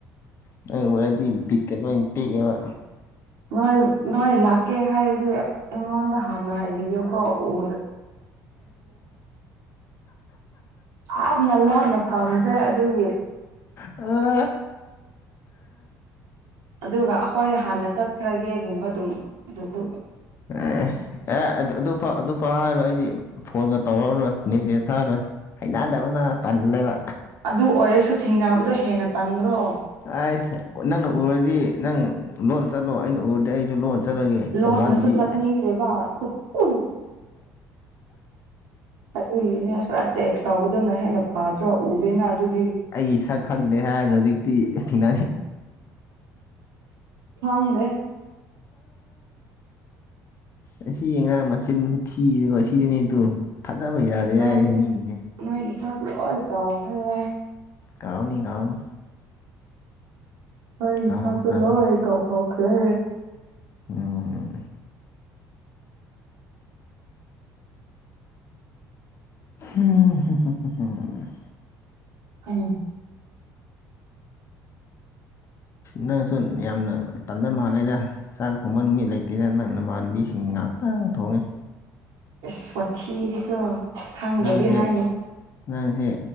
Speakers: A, on the left (about 40°); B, on the right (about 75°).
A: ꯅꯣꯏ ꯎꯔꯗꯤ ꯕꯤꯠꯀ ꯂꯣꯏ ꯇꯦꯛꯑꯦꯕ
B: ꯅꯣꯏ ꯅ ꯏꯥꯀꯦ ꯍꯥꯏ ꯏꯉꯗ ꯍꯅ ꯍꯥꯏꯕꯤ ꯄ ꯑꯣꯗ ꯑꯣ ꯅ ꯂꯥꯞꯅ ꯐꯥꯝꯃꯤꯁꯦ ꯑꯗꯨꯒꯤ
A: ꯑ
B: ꯑꯗꯨꯒ ꯑꯩꯈꯣꯏ ꯍꯥꯟꯅ ꯆꯠꯈ꯭ꯔꯒꯦꯒꯨꯝꯕ ꯑꯗꯨꯝ ꯑꯗꯨꯕꯨ
A: ꯑꯦ ꯑꯦ ꯑꯗꯨ ꯑꯗꯨ ꯑꯗꯨ ꯐꯥꯎ ꯍꯥꯏꯔꯣ ꯑꯩꯗꯤ ꯐꯣꯟꯒ ꯇꯧꯔꯛꯑꯔꯣꯏ ꯅꯦꯛꯁꯦꯁ ꯊꯥꯔꯣꯏ ꯍꯩꯅꯗꯕꯅ ꯇꯜꯂꯦꯕ
B: ꯑꯗꯨ ꯑꯣꯏꯔꯁꯨ ꯊꯦꯡꯅꯕꯗꯣ ꯍꯦꯟꯅ ꯇꯟꯗ꯭ꯔꯣ
A: ꯑ ꯅꯅ ꯑꯗꯨꯗꯤ ꯅꯪ ꯂꯣꯟ ꯆꯠꯂꯣ ꯑꯩꯅ ꯎꯔꯗꯤ ꯑꯩꯁꯨ ꯂꯣꯟ ꯆꯠ ꯠ ꯆꯠꯔꯒꯦ
B: ꯂꯣꯠꯅꯁꯨ
A: ꯀꯧꯅꯥꯗꯨꯕꯤ
B: ꯆꯠꯅꯤꯡꯗꯦꯕ ꯁꯨꯛꯎ ꯑꯗꯨꯏꯅꯦ ꯈꯔ ꯇꯦꯛꯁ ꯇꯥꯎꯧꯕꯗꯨꯅ ꯍꯦꯟꯅ ꯐꯗ꯭ꯔꯣ ꯎꯗꯦꯅ ꯑꯗꯨꯗꯤ
A: ꯄꯩꯁꯥ ꯈꯪꯗꯦ ꯍꯥꯏꯦ ꯍꯧꯖꯤꯛꯇꯤ ꯊꯦꯡ
B: ꯊꯥꯡꯗ
A: ꯑ ꯁꯤꯉꯥꯡ ꯃꯆꯤꯟ ꯊꯤꯔꯦꯀꯣ ꯁꯤꯗꯤꯅꯦ ꯇꯣ ꯊꯥꯖꯕ ꯌꯥꯔꯦ
B: ꯅꯣꯏ
A: ꯌꯥꯏꯁ ꯃꯤꯅꯦ
B: ꯅꯣꯏꯒꯤ ꯁꯛ ꯂꯣꯏ ꯀꯥꯎꯈ ꯌꯥꯦ
A: ꯀꯥꯎꯅꯤ ꯀꯥꯎꯅꯤ
B: ꯑꯩ ꯏꯁꯥꯗ
A: ꯀꯥꯎꯕ ꯇꯥꯕꯅꯤ
B: ꯂꯣꯏ ꯀꯥꯎꯊꯣꯛꯈ꯭ꯔꯦ
A: ꯎꯝ ꯍ
B: ꯎ
A: ꯅꯪꯁꯨ ꯌꯥꯝꯅ ꯇꯟꯕ ꯃꯥꯜꯂꯦꯗ ꯆꯥꯛ ꯊꯣꯡꯕ ꯅꯨꯃꯤꯠ ꯂꯩꯇꯦꯗ ꯅꯪ ꯅꯃꯥꯟꯅꯕꯤꯁꯤꯡ ꯉꯥꯛꯇꯪ ꯊꯣꯡꯉꯦ
B: ꯁꯊꯤꯔꯤꯒ ꯈꯪꯕꯕꯤ
A: ꯅꯪꯁꯦ
B: ꯍꯥꯏꯅ
A: ꯅꯪꯁꯦ